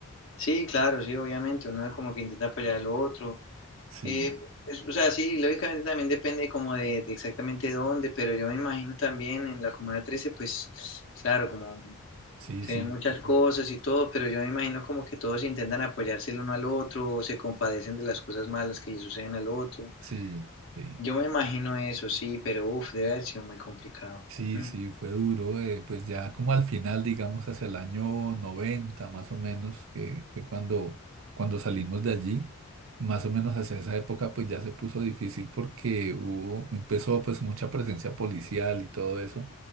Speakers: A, on the left; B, on the right.
A: sí, claro, sí, obviamente. Uno es como que intenta apoyar al otro.
B: Sí,
A: Eh, es- o sea, sí, lógicamente también depende como de, de exactamente dónde, pero yo me imagino también en la Comuna Trece, pues, claro, como
B: sí,
A: se
B: sí,
A: ven muchas
B: sí,
A: cosas y todo, pero yo me imagino como que todos intentan apoyarse el uno al otro o se compadecen de las cosas malas que le suceden al otro.
B: sí, sí.
A: Yo me imagino eso, sí, pero uff, debe haber sido muy complicado.
B: Sí,
A: Mm,
B: sí, fue duro, eh, pues ya como al final, digamos, hacia el año 90, más o menos, que fue cuando, cuando salimos de allí, más o menos hacia esa época, pues ya se puso difícil porque hubo, empezó pues mucha presencia policial y todo eso,